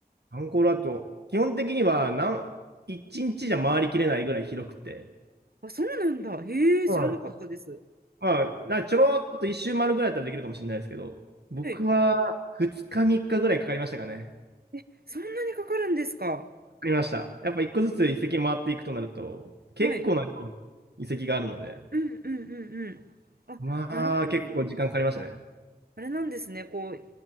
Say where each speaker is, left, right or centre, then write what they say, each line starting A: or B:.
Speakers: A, on the right; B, on the right.
A: アンコールアート、基本的にはなん一日じゃ回りきれないぐらい広くて、
B: あ、そうなんだ。へえ、
A: はい。
B: 知らなかったです。
A: まあ、なちょろっと一周回るぐらいだったらできるかもしれないですけど、僕は2日3日ぐらいかかりましたかね。
B: はい。え、そんなにかかるんですか
A: りました。やっぱ一個ずつ遺跡回っていくとなると、結構な量の遺跡があるので、
B: はい。うんうんうんうん。あ、
A: まあ結構時間かかりましたね。
B: なるほど。あれなんですね。こう、